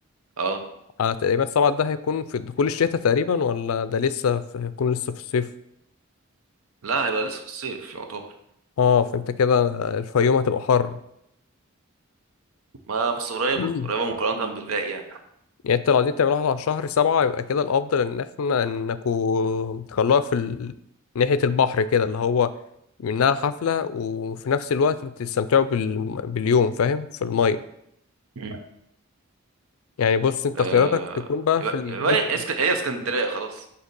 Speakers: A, on the right; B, on the left.
A: اه
B: على تقريبا سبعة ده هيكون في دخول الشتاء تقريبا ولا ده لسه في هيكون لسه في الصيف؟
A: لا هيبقى لسه في الصيف يعتبر
B: اه فانت كده الفيوم هتبقى حر
A: ما بس قريبة
B: <clears throat>
A: قريبة مقارنة بالباقي يعني
B: يعني انت لو عايزين تعملوها على شهر سبعة يبقى كده الأفضل إن احنا إنكوا تخلوها في ال... ناحية البحر كده اللي هو منها حفلة وفي نفس الوقت بتستمتعوا بال... باليوم فاهم في المية
A: مم.
B: يعني بص انت
A: آه
B: اختياراتك تكون بقى
A: يبقى
B: في الجزء
A: يبقى هي اسك- هي اسكندرية خلاص